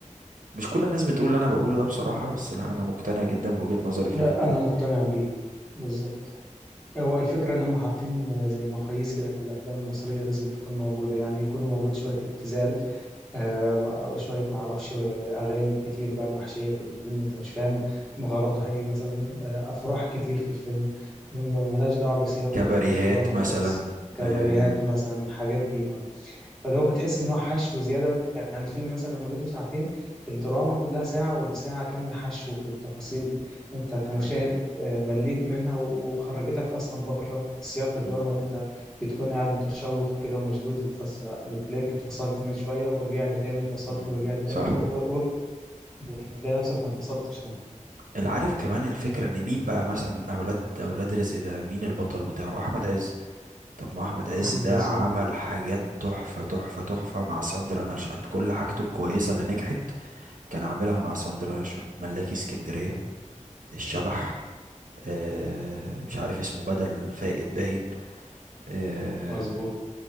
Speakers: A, on the right; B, in the centre.
A: مش كل الناس بتقول اللي انا بقوله ده بصراحة بس لا انا مقتنع جدا بوجهة نظري في
B: لا
A: الحتة
B: أنا
A: دي
B: مقتنع بيه بالظبط هو الفكرة إن هم حاطين زي مقاييس كده في الأفلام المصرية لازم تكون موجودة يعني يكون موجود شوية ابتذال آه، مع- شوية معرفش أغاني كتير بقى محشية في الفيلم أنت مش فاهم غرضها إيه مثلا آه، أفراح كتير في الفيلم م- ملهاش دعوة بسياق
A: كباريهات
B: الدراما
A: مثلا
B: خالص كباريهات
A: آه...
B: مثلا الحاجات دي آه. فاللي هو بتحس ان هو حشو زياده يعني الفيلم مثلا لو مدته ساعتين الدراما كلها ساعه والساعه كامله حشو في التفاصيل انت كمشاهد
A: مم،
B: آه، مليت منها و- وخرجتك اصلا بره سياق الدراما
A: مم،
B: اللي انت بتكون قاعد متشوق كده ومشدود للقصه لا، بتلاقيك اتفصلت من شويه ورجعت تاني اتفصلت
A: مم،
B: ورجعت تاني
A: صح
B: فاوفر اول بتلاقي نفسك ما اتبسطتش يعني
A: العارف كمان الفكرة ان مين بقى مثلا اولاد اولاد رزق ده مين البطل بتاعه احمد عز طب ما احمد عز
B: احمد
A: ده
B: عز
A: عمل
B: أهو.
A: حاجات تحفة تحفة تحفة مع ساندرا نشأت كل حاجته الكويسة اللي نجحت كان عاملها مع ساندرا نشأت ملاكي اسكندرية الشبح آه مش عارف اسمه بدل فائد باين آه
B: مظبوط